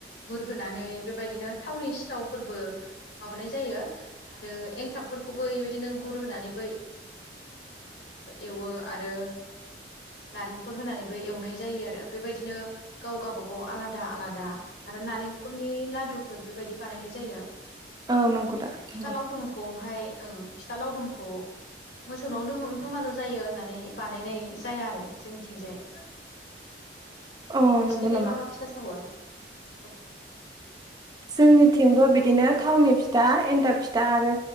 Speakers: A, on the left; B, on the right.
A: गुरहोनानै बेबायदिनो थावनि सिथावफोरबो माबानाय जायो आरो एन्थाबफोरखौबो बेबायदिनो गुर होनानैबो एवो आरो नारेंखल होनानैबो एवनाय जायो आरो बेबायदिनो गाव गावबागाव आलादा आलादा आरो नारेंखलनि लादुफोर बेबायदि बानायनाय जायो
B: औ नंगौ दा
A: फिथा
B: नंगौ।
A: लावदुमखौहाय ओं फिथा लावदुमखौ मोसौनाव दु दुमालु जायो होननानै बानायनाय जाया आरो जोंथिंजाय औ
B: अ
A: नोंसोरनिखैलाय
B: नंगौ नामा?
A: मा मा फिथा सावो औ
B: जोंनिथिंबो बिदिनो थावनि फिथा एन्थाब फिथा आरो